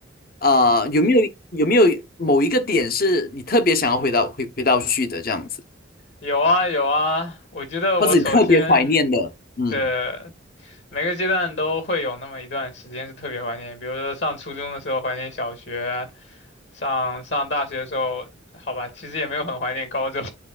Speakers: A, on the left (about 50°); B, on the left (about 65°).
A: 啊、有没有有没有某一个点是你特别想要回到回回到去的这样子，
B: 有啊有啊，我觉得我首先
A: 或者你特别怀念的？嗯
B: 的每个阶段都会有那么一段时间是特别怀念，比如说上初中的时候怀念小学，上上大学的时候，好吧，其实也没有很怀念高中，